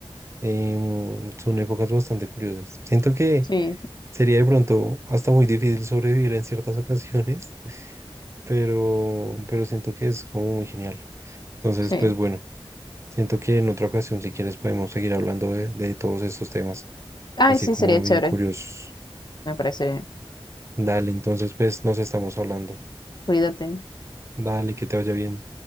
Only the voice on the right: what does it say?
em, son épocas bastante curiosas. Siento que
sería de pronto hasta muy difícil sobrevivir en ciertas <laughs> ocasiones, pero, pero siento que es como muy genial. Entonces,
pues bueno. Siento que en otra ocasión, si quieres, podemos seguir hablando de, de todos estos temas,
así
como
bien curiosos.
Dale, entonces, pues nos estamos hablando.
Dale, que te vaya bien.